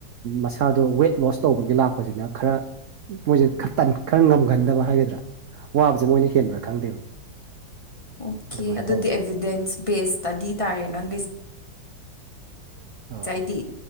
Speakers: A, on the right (about 80°); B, on the left (about 35°).
A: ꯃꯁꯥꯗꯣ ꯋꯦꯠ ꯂꯣꯁ ꯇꯧꯕꯒꯤ ꯂꯥꯛꯄꯁꯤꯅ ꯈꯔ꯫ ꯃꯣꯏꯁꯦ ꯈꯔ ꯇꯟ ꯈꯔ ꯉꯝꯍꯟꯗꯕ ꯍꯥꯏꯒꯗ꯭ꯔꯥ ꯋꯥꯕꯁꯦ ꯃꯣꯏꯅ ꯍꯦꯟꯕ꯭ꯔꯥ ꯈꯪꯗꯦꯕ꯫
B: ꯑꯣꯀꯦ
A: ꯑꯗꯨꯃꯥꯏꯅ
B: ꯑꯗꯨꯗꯤ
A: ꯇꯧꯋꯦ
B: ꯑꯦꯕꯤꯗꯦꯟꯁ ꯕꯦꯁꯇꯗꯤ ꯇꯥꯔꯦ ꯅꯪꯒꯤ
A: ꯑꯥ
B: ꯉꯁꯥꯏꯗꯤ